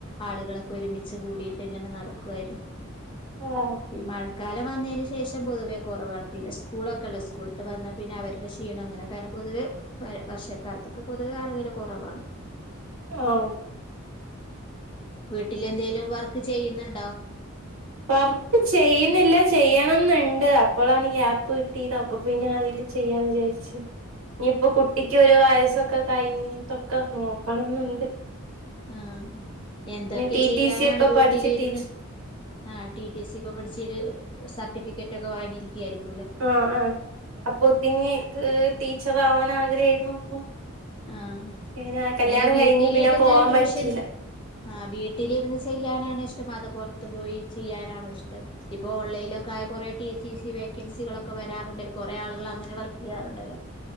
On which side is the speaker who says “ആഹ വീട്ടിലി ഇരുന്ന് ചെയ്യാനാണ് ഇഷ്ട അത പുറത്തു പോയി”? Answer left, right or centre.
Left